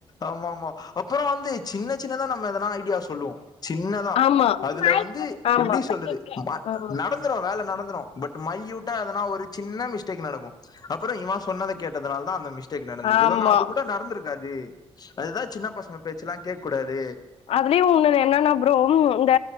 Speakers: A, on the left; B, on the left.
A: ஆமா ஆமா அப்புறோ வந்து சின்ன சின்னதா நம்ம எதனா ஐடியா சொல்லுவோ ஜின்னதா
B: ஆமா,
A: அதுல வந்து
B: ஆமா.
A: எப்டி சொல்றது ப
B: ஆமா,
A: நட ந்ரு வேல நடந்துரும் பட் மல்யூட்டா எதனா ஒரு ஜின்ன மிஸ்டேக் நடக்கு அப்புற இவன் சொன்னதா கேட்டதனால தா அந்த மிசின் டேக்கு நடந்தது
B: ஆமா.
A: இல்லன்னா அது கூட நடந்திருக்காது அதுதா சின்ன பசங்க பேச்சுலா கேக்கூடாது
B: அதுலியு உன்னோனு என்னன்னா அப்புறோ இந்த